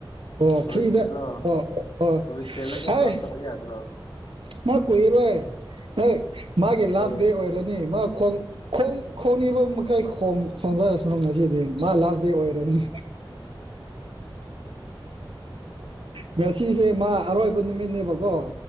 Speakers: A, on the right; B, on the left.
A: ꯑꯣ
B: ꯂꯣꯏ
A: ꯐ꯭ꯔꯤꯗ
B: ꯁꯦꯠꯂꯣ
A: ꯑꯣ ꯑꯣ
B: ꯂꯣꯏ ꯁꯦꯠꯂꯒ
A: ꯍꯩ
B: ꯆꯥꯊꯣꯛ ꯌꯥꯗ꯭ꯔꯣ
A: ꯃꯥ ꯀꯨꯏꯔꯣꯏ ꯍꯦꯛ ꯃꯥꯒꯤ ꯂꯥꯁ
B: ꯑꯣꯏꯌꯦ
A: ꯗꯦ ꯑꯣꯏꯔꯅꯤ ꯃꯥ ꯈꯣꯡ ꯈꯣꯡ ꯈꯣꯡꯅꯤꯕ ꯃꯈꯩ ꯈꯣꯡ ꯈꯣꯡꯖꯔ ꯉꯁꯤꯗꯤ ꯃꯥ ꯂꯥꯁ ꯗꯦ ꯑꯣꯏꯔꯅꯤ ꯉꯁꯤꯁꯦ ꯃꯥ ꯑꯔꯣꯏꯕ ꯅꯨꯃꯤꯠꯅꯦꯕꯀꯣ